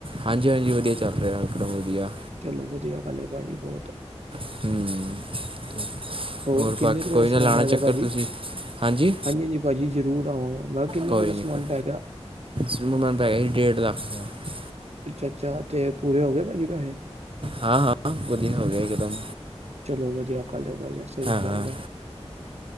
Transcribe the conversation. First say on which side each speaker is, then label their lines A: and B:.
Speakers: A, on the right; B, on the right.
A: ਹਾਂਜੀ-ਹਾਂਜੀ ਵਦੀਆਂ ਚੱਲ ਰੇਹਾ ਇਕ ਦਮ ਵਦੀਆਂ।
B: ਚਲੋ ਵਦੀਆਂ ਗੱਲ ਐ ਪਾਜੀ ਬੋਤ।
A: ਹੂੰ। <inaudible>
B: ਔਰ ਕਿੰਨੇ
A: ਬਾਕੀ
B: ਰੁਪਏ
A: ਕੋਈ
B: ਦਾ
A: ਨਾ
B: ਸਮਾਨ
A: ਲਾਣਾ
B: ਆ
A: ਚੱਕਰ
B: ਗਿਆ ਪਾਜੀ,
A: ਤੁਸੀਂ ਹਾਂਜੀ
B: ਹਾਂਜੀ-ਹਾਂਜੀ ਪਾਜੀ ਜ਼ਰੂਰ ਆਵਾਂਗਾ ਕਿੰਨੇ
A: ਕੋਈ
B: ਰੁਪਏ ਦਾ
A: ਨਈ
B: ਸਮਾਨ
A: ਕੋਈ,
B: ਪੈ ਗਿਆ?
A: ਸਮਾਨ ਪੈ ਗਿਆ ਡੇਢ ਲੱਖ। ਦਾ।
B: ਅੱਛਾ-ਅੱਛਾ ਤੇ ਪੂਰੇ ਹੋ ਗਏ ਪਾਜੀ ਪੈਹੇ
A: ਹਾਂ- ਹਾਂ <unintelligible> ਹੋ ਗਯਾ ਇਕਦਮ।
B: ਚਲੋ ਵਦੀਆਂ ਗੱਲ ਐ ਪਾਜੀ ਸਈ
A: ਹਾਂ
B: ਗੱਲ ਐ।